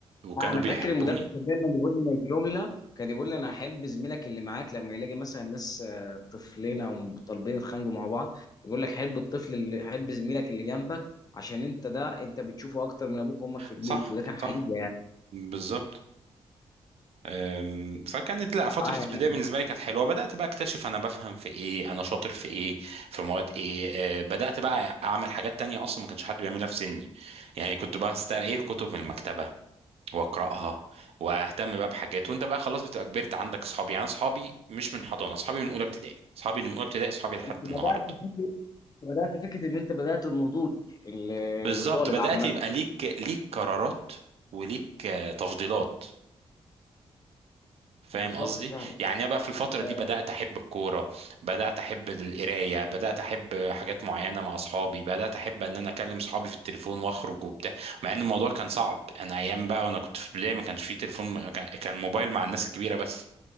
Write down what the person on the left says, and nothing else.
انا
فاكر المدرس كان دايما يقول لنا جمله كان يقول لي انا احب زميلك اللي معاك لما يلاقي مثلا ناس آه، طفلين او طالبين يتخانقوا مع بعض يقول لك حب الطفل اللي حب زميلك اللي جنبك عشان انت ده انت بتشوفه اكتر من ابوك وامك في البيت
وده كان حقيقي
يعني
أنا معايا
يعني
انت بدات
فكره بدات فكره ان انت بدات النضوج ل-
لطالب
عامه
بالظبط
فعلا
لا،